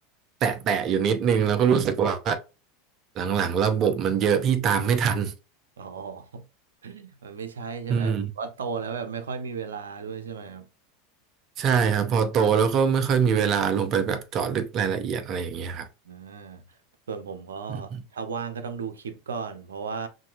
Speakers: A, on the right; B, on the right.
A: แตะแตะอยู่นิดนึงแล้วก็รู้สึกว่าหลังๆระบบมันเยอะพี่ตามไม่ทัน
B: อ๋อ <laughs> มันไม่ใช่ใช่ไหมว่าโตแล้วแบบไม่ค่อยมีเวลาด้วยใช่ไหมครับ
A: อืมใช่ครับพอโตแล้วก็ไม่ค่อยมีเวลาลงไปแบบเจาะลึกรายละเอียดอะไรอย่างเงี้ยครับ
B: อ่าส่วนผมก็
A: อืม
B: ถ้าว่างก็ต้องดูคลิปก่อนเพราะว่า